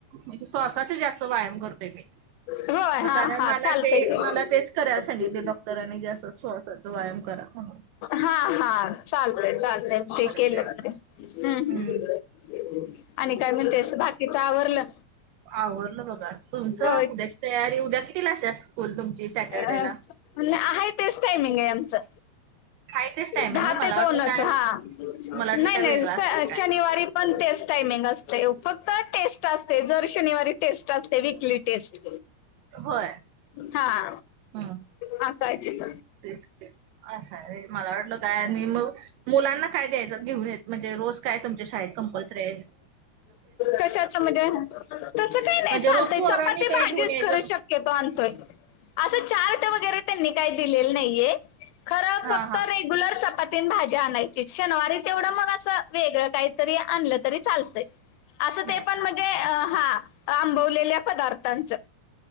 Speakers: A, on the right (about 80°); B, on the left (about 80°).
A: म्हणजे सवसाच जास्त व्यायाम करतोय मी..
B: होय
A: मग
B: हा
A: कारण
B: हा
A: मला
B: चालतंय
A: ते
B: की
A: मला तेच. करायला सांगितले डॉक्टरांनी जे असं श्वासाचा व्यायाम करा म्हणून..
B: हा हा चालतय चालत ते
A: करते
B: केलं त ह्
A: हम्म
B: आणि काय म्हणते अस बाकीचं आवरलं.
A: आवरडलं बघा तुमचं
B: होय
A: उद्याची तयारी उद्या कितीलाशा स्कूल तुमची सॅटर्डेला.
B: अ आहे तेच टायमिंग आहे आमचं.
A: हाय तेच टायमिंग
B: दहा
A: मला
B: ते दोनच
A: वाटलं काय
B: हा नाही
A: मला वाटलं काय
B: नाही
A: वेगळं असेल काय
B: शनिवारी. पण तेच टाइमिंग असते फक्त टेस्ट असते जर शनिवारी टेस्ट असते वीकली टेस्ट.
A: होय.
B: हा.
A: हा.
B: ह सायतेत.
A: तेच असं रे मला वाटलं काय आणि मग मुलांना काय द्यायचं घेऊन येत म्हण. म्हणे रोज काय तुमच्या शाळेत कंपल्सरीे आहेत.
B: कशाच म्हणजे तस काही नाही
A: म्हणजे
B: चालतय
A: रोज पोरांनी
B: चपाती
A: काय
B: भाजीच
A: घेऊन यायचं
B: करू शकत. तो आणतोय असं चार्ट वगैरे त्यांनी काही दिलेलं नाहीये. खरं
A: हा
B: फक्त
A: हा.
B: रेग्युलर चपातीन भाज्या आणायची शनिवारी तेवढं मग असं वेगळं काहीतरी आणलं तरी चालतंय. असं
A: स्नॅक्स
B: ते पण म्हणजे हा आंबवलेल्या पदार्थांचं.